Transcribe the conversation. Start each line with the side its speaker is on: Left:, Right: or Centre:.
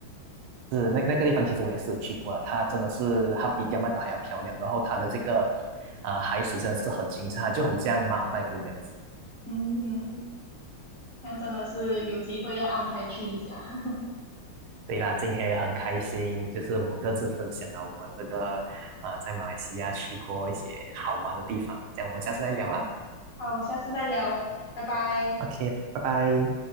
Right: 是那那个地方，其实我也是有去过了。它真的是，它比刁曼岛还要漂亮。然后它的这个啊、海水真的是很清澈，它就很像马尔代夫这样子。
Left: 嗯，那真的是有机会要安排去一下。<laughs>
Right: 对啦，今天也很开心，就是我们各自分享了我们这个啊、在马来西亚去过一些好玩的地方啊。这样我们下次再聊啦。
Left: 好，下次再聊，拜拜。
Right: OK，拜拜。